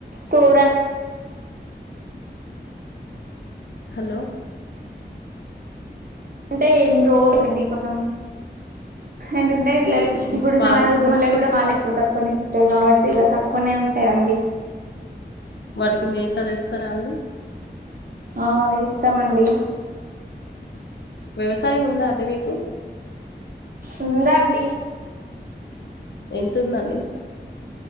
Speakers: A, on the right (about 55°); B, on the left (about 75°).
A: తోడు
B: హలో
A: అంటే ఏం రోజ్ లండి కొంచెం ఎందుకంటే పిల్లలు
B: అవునా
A: ఇప్పుడు
B: పాలు
A: <inaudible> పాలే ఎక్కువ తక్కువనే ఇస్తయి కాబట్టి ఇక తక్కువనే ఉంటయండి
B: వాటికి మేత తెస్తారా అండి
A: ఆ వేస్తమండి
B: వ్యవసాయం ఉందా అండి మీకు?
A: ఉందండి
B: ఎంతుందండి?